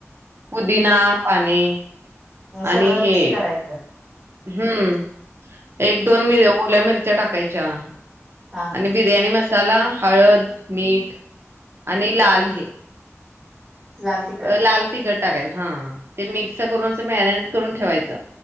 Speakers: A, on the right; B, in the centre.
A: पुदिना पाने
B: अ
A: आणि
B: सगळं
A: हे
B: मिक्स करायचं
A: हम्म एक दोन मि ओल्या मिरच्या टाकायच्या
B: हा
A: आणि
B: हा
A: बिर्याणी मसाला हळद मीठ आणि लाल
B: हा हा
A: हे
B: लाल तिखट
A: अ लाल तिखट टाकायचं हा ते मिक्स करून अस मॅरेंट करून ठेवायच